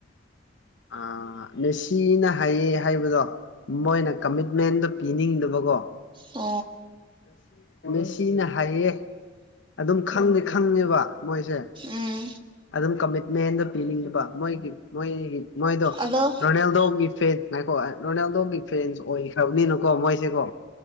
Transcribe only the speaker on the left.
ꯑ ꯃꯦꯁꯤꯅ ꯍꯥꯏꯌꯦ ꯍꯥꯏꯕꯗꯣ ꯃꯣꯏꯅ ꯀꯃꯤꯠꯃꯦꯟꯗꯣ ꯄꯤꯅꯤꯡꯗꯕ ꯑꯗꯨꯒꯣ
ꯁꯤꯅ ꯍꯥꯏꯌꯦ ꯑꯗꯨꯝ ꯈꯪꯗꯦ ꯈꯪꯉꯦꯕ ꯃꯣꯏꯁꯦ
ꯑꯗꯨꯝ ꯀꯃꯤꯠꯃꯦꯟꯗ ꯄꯤꯅꯤꯡꯉꯕ ꯃꯣꯏꯒꯤ ꯃꯣꯏꯒꯤ ꯅꯣꯏꯗ
ꯔꯣꯅꯦꯜꯗꯣꯒꯤ ꯐꯦꯠ ꯉꯥꯏꯀꯣ ꯔꯣꯅꯦꯜꯗꯣ ꯐ꯭ꯔꯦꯟꯁ ꯑꯣꯏꯈ꯭ꯔꯕꯅꯤꯅꯀꯣ ꯃꯣꯏꯁꯦꯀꯣ